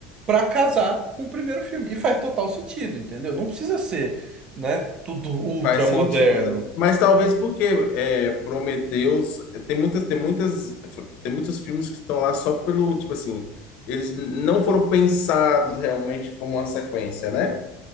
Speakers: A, on the right; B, on the left.
A: pra casar com o primeiro filme. E faz total sentido, entendeu? Não precisa ser, né, tudo ultra
B: Faz sentido,
A: moderno.
B: né? Mas talvez porque é, Prometheus tem muitas, tem muitas, tem muitos filmes que estão lá só pelo, tipo assim, eles não foram pensados realmente como uma sequência, né?